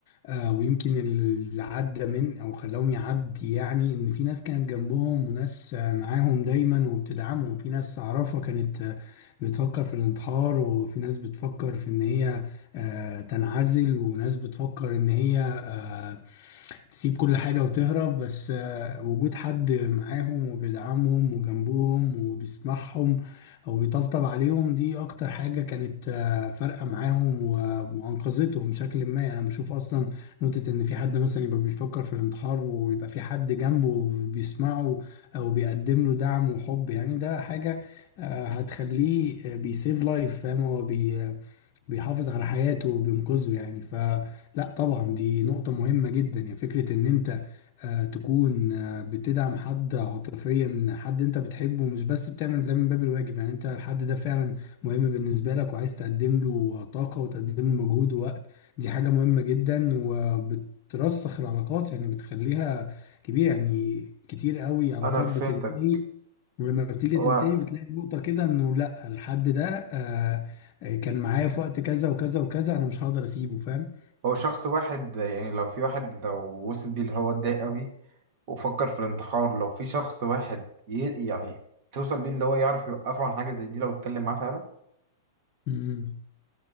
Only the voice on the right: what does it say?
انا فهمتك
هو
هو شخص واحد يعني لو في واحد لو وصل بيه اللي هو اتضايق قوي وفكر في الانتحار لو في شخص واحد ي... يعني توصل بيه اللي هو يعرف يوقفه عن حاجة زي دي لو اتكلم معاه فعلا